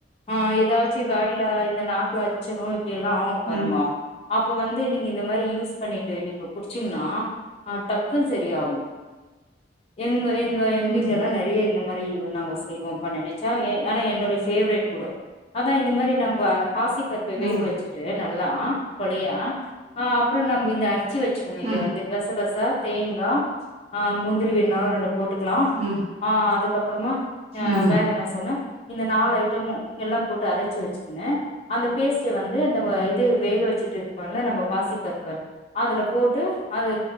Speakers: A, on the left (about 35°); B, on the right (about 35°).
A: ஆ எதாச்சு வாயில இந்த நாக்குல <unintelligible> இல்லனா <unintelligible> பாருங்க
B: ம்
A: அப்போ வந்து நீங்க இந்த மாரி யூஸ் பண்ணிட்டு நீங்க குடிச்சீங்கன்னா ஆ டக்குன்னு செரியாவு எங்க எங் ஆ எங்க வீட்டுல
B: ம்
A: எல்லா நெறைய இந்த மாரி நாங்க செய்வோப்பா நெனச்சா எ ஆனா என்னுடைய ஃபேவரட்க்குடோ அதா இந்த மாரி நம்ப பாசி இப்ப வேக
B: ம் ம்
A: வச்சுட்டு நல்லா கொழையா ஆஹ் அப்புறம் நம்ம இந்த அ ரச்சு வச்சக்கணும்
B: ம்
A: இத வந்து கசகச தேங்காய் ஆஹ் முந்திரி வேணாலும் ரெண்டு போட்டுக்கலாம்
B: ம்
A: ஆஹ் அதுக்கப் அப்புறமா ஆஹ்
B: ம்
A: வேற என்ன சொன்ன இந்த நாலு ஐட்டமும் எல்லாம் போட்டு அரைச்சு வச்சுக்கனேன் அந்த பேஸ்ட் வந்து இந்த வேக வச்சுட்டு இருக்கோம்ல நம்ம பாசிப்பருப்ப அதுல போட்டு அது